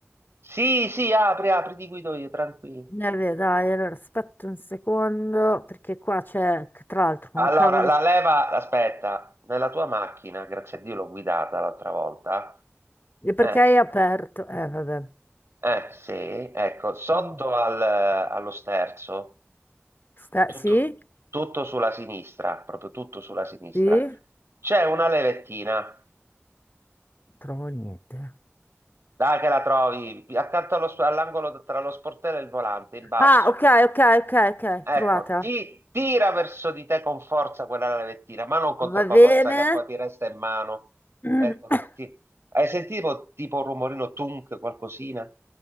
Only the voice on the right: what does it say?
Sì, sì, apri, apri, ti guido io, tranquillo.
Allora,
la
leva, aspetta, nella tua macchina, grazie a Dio l'ho guidata l'altra volta.
Eh,
eh, sì, ecco, sotto
al- allo sterzo,
tutto,
tutto sulla sinistra, proprio tutto sulla sinistra,
c'è una levettina,
dai che la trovi, accanto allo sp- all'angolo tra lo sportello e il volante, in basso.
Ecco,
ti tira verso di te con forza quella lavettina, ma non con troppa
forza che poi ti resta in mano.
Ecco, ti- hai sentito tipo un rumorino tunk, qualcosina?